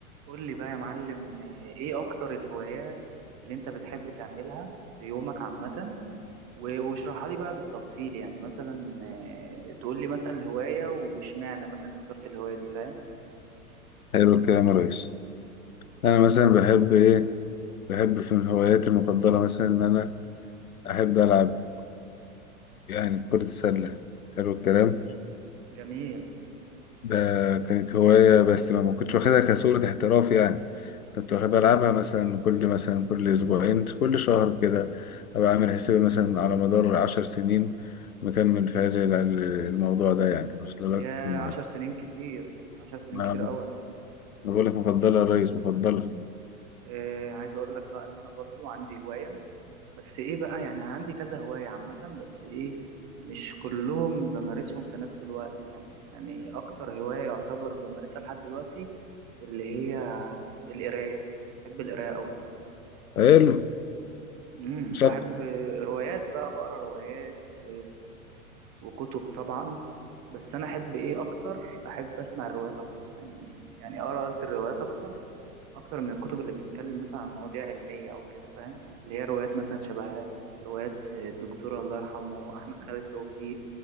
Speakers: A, on the right (about 40°); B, on the left (about 75°).
A: قول لي بقى يا معلم آه، ايه اكتر الهوايات اللي انت بتحب تعملها في يومك عامة و- واشرحها لي بقى بالتفصيل يعني مثلا آه، تقول لي مثلا الهواية واشمعنى مثلا اخترت الهواية دي فاهم
B: حلو الكلام يا ريس انا مثلا بحب ايه بحب في من هواياتي المفضله مثلا ان انا احب العب يعني كره السله حلو الكلام
A: جميل
B: ده كانت هوايه بس ما ما كنتش واخدها كصوره احتراف يعني كنت واخد بلعبها مثلا كل مثلا كل اسبوعين كل شهر كده ابقى عامل حسابي مثلا على مدار عشر سنين مكمل في هذا ال- الموضوع ده يعني واصل
A: يا
B: لك من-
A: عشر سنين كتير عشر سنين
B: ما
A: كتير
B: ما
A: قوي
B: بقول لك مفضله يا ريس مفضله
A: إيه عايز اقول لك بقى ان انا برضو عندي هواية بس ايه بقى يعني أنا عندي كذا هواية عامة بس ايه مش كلهم بمارسهم في نفس الوقت يعني يعني اكتر هواية يعتبر بمارسها لحد دلوقتي اللي هي القراية بحب القراية أوي
B: حلو
A: امم
B: مش
A: بحب
B: أكتر.
A: روايات بقى بقرا روايات و... وكتب طبعا بس انا احب ايه اكتر احب اسمع الروايات اكتر يعني يعني اقرا قصدي الروايات اكتر اكتر من الكتب اللي بتتكلم مثلا عن مواضيع علميه او كده فاهم اللي هي روايات مثلا شبه روايات الدكتور الله يرحمه احمد خالد توفيق